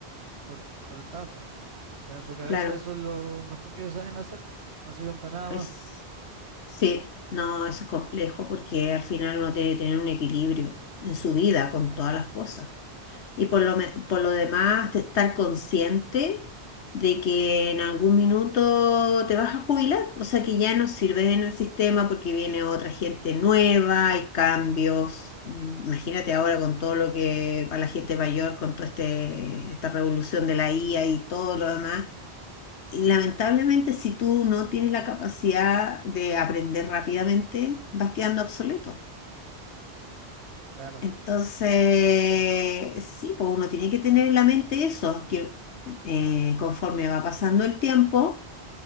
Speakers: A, on the right; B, on the left.
A: por, por el trabajo. Pero en su cabeza
B: claro.
A: eso es lo mejor que ellos saben hacer, no sirven para nada
B: Es,
A: más.
B: sí, no, eso es complejo porque al final uno tiene que tener un equilibrio en su vida con todas las cosas. Y por lo, me- por lo demás, de estar consciente de que en algún minuto te vas a jubilar, o sea que ya no sirves en el sistema porque viene otra gente nueva, hay cambios. Mm, Imagínate ahora con todo lo que para la gente mayor, con toda este, esta revolución de la IA y todo lo demás y lamentablemente, si tú no tienes la capacidad de aprender rápidamente, vas quedando obsoleto.
A: Claro,
B: Entonces, sí, pues uno tiene que tener en la mente eso, que eh, conforme va pasando el tiempo,